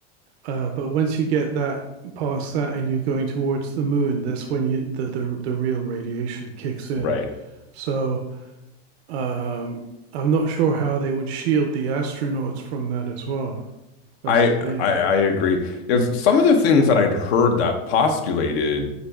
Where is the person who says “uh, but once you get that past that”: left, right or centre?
Right